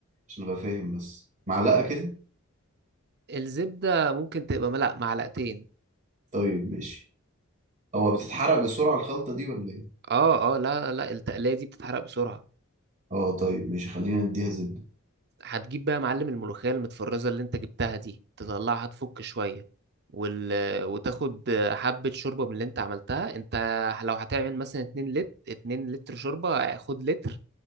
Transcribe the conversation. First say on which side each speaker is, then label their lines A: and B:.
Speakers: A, on the right; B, on the right.
A: عشان ابقى فاهم بس معلقة كده
B: الزبدة ممكن تبقى ملأ معلقتين
A: طيب ماشي هو بتتحرق بسرعة الخلطة دي ولا ايه
B: اه اه لا لا التقلية دي بتتحرق بسرعة
A: اه طيب ماشي خلينا نديها زبدة
B: هتجيب بقى يا معلم الملوخية المتفرزة اللي انت جبتها دي تطلعها تفك شوية وال... وتاخد حبة شوربة من اللي انت عملتها انت لو هتعمل مثلا 2 لتر 2 لتر شوربة خد لتر